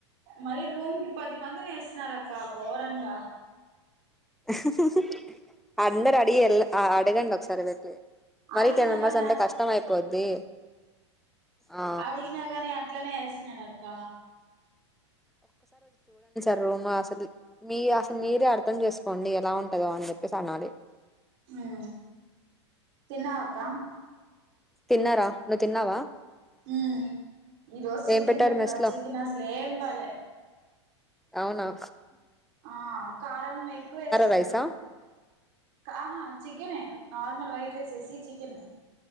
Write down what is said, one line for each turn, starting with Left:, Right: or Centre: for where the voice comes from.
Right: మరి రూమ్ కి పది మందిని ఎస్తున్నారు అక్క ఘోరంగా
Centre: హు అందరు అడి ఎల్ ఆ అడగండి ఒకసారి పెట్టి మరీ
Right: అడిగినా
Centre: టెన్ మెంబర్స్
Right: గాని
Centre: అంటే కష్టం అయిపోద్ది ఆ
Right: అడిగిన గాని అట్లనే న్నాడు అక్క
Centre: ర్ రూమ్ అసలు, మీ అసలు మీరే అర్థం చేసుకోండి ఎలా ఉంటందో అని చెప్పేసి అనాలి.
Right: ఉ తిన్నవా అక్క
Centre: తిన్నర నువ్వు తిన్నావా
Right: ఉ ఈరోజు చికెన్
Centre: ఏం పెట్టారు
Right: పెట్టరా
Centre: మెస్
Right: చికెన్ అసలు ఏం బాలే
Centre: అవున
Right: ఆ కారం ఎక్కువ యేసేసారు
Centre: రైసా
Right: ఆహా చికెనే నార్మల్ వైట్ రైస్ ఎసి చికెన్